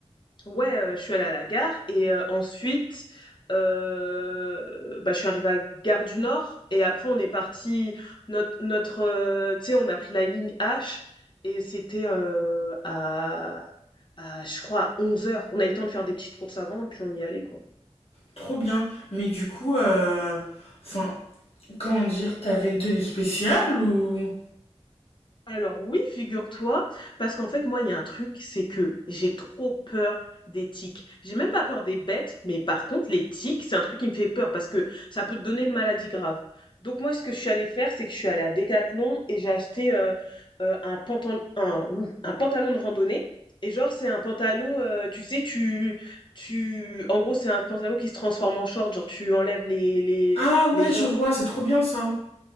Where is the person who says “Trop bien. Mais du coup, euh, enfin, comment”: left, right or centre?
Left